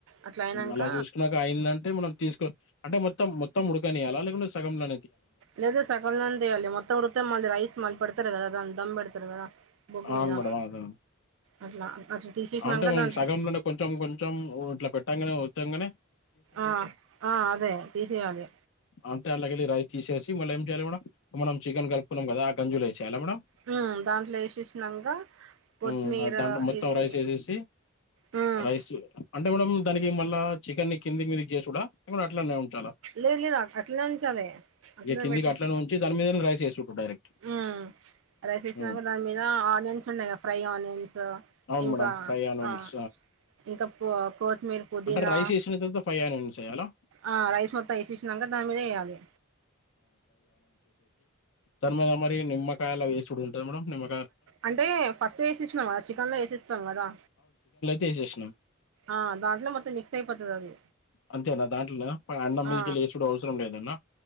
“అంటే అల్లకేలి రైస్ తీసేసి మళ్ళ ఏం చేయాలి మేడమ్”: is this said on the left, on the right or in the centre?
Left